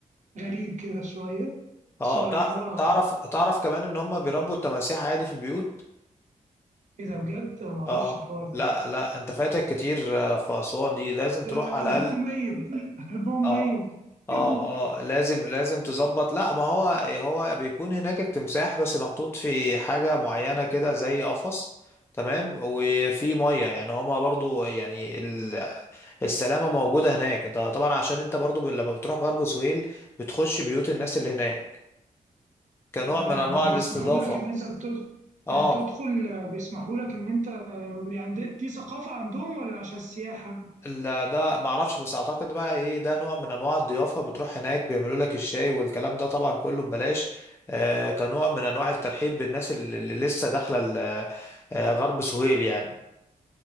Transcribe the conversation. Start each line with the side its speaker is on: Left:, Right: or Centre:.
Right: غريب كده شوية
Left: اه
Right: صغيرة
Left: تع- تعرف تعرف كمان ان هم بيربوا التماسيح عادي في البيوت
Right: إيه ده بجد معرفش
Left: اه
Right: الحوار ده
Left: لا لا انت فاتك كتير آه، في أسوان دي لازم تروح
Right: الألبوم
Left: على الأقل
Right: ميت <laughs> ألبوم
Left: اه
Right: ميت
Left: اه
Right: <laughs>
Left: اه لازم لازم تظبط لا ما هو هو بيكون هناك التمساح بس محطوط في حاجة معينة كده زي قفص تمام وفي مية يعني هما برضو يعني ال- السلامة موجودة هناك انت طبعا عشان انت برضو ب- لما بتروح غرب سهيل بتخش بيوت الناس اللي هناك كنوع
Right: اه
Left: من
Right: يعني
Left: انواع
Right: بيسمحوا
Left: الاستضافة
Right: لك ان انت بتدخل
Left: اه
Right: يعني بتدخل بيسمحوا لك ان انت يعني دي, دي ثقافة عندهم ولا عشان السياحة
Left: لا ده ما اعرفش بس اعتقد بقى ايه ده نوع من انواع الضيافه بتروح هناك بيعملوا لك الشاي والكلام ده طبعا كله ببلاش آه كنوع من انواع الترحيب بالناس اللي اللي لسه داخله ال- آه، غرب سهيل يعني